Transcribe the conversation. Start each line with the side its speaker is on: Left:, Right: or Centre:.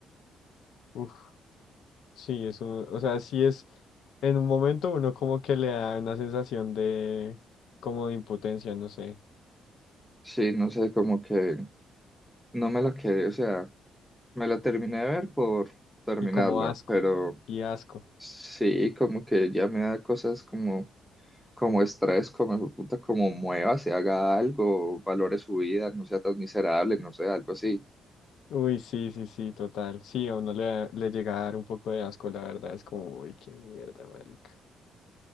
Left: Uf, sí, es un, o sea, sí es, en un momento uno como que le da una sensación de, como de impotencia, no sé,
Centre: sí, no sé, como que no me la quedé, o sea, me la terminé de ver por terminarla,
Left: y como asco,
Centre: pero
Left: y asco.
Centre: sí, como que ya me da cosas como, como estrés, como hijo de puta, como mueva, se haga algo, valore su vida, no sea tan miserable, no sé, algo así,
Left: Uy, sí, sí, sí, total. Sí, a uno le, da- le llega a dar un poco de asco, la verdad. Es como, uy, qué mierda, marica.